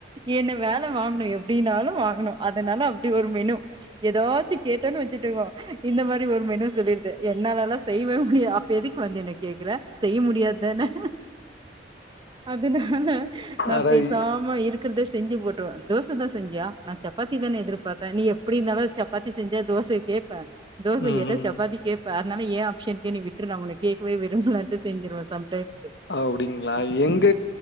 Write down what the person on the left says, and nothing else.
அட
ம்ஹ்ம்.
அப்டிங்களா எங்க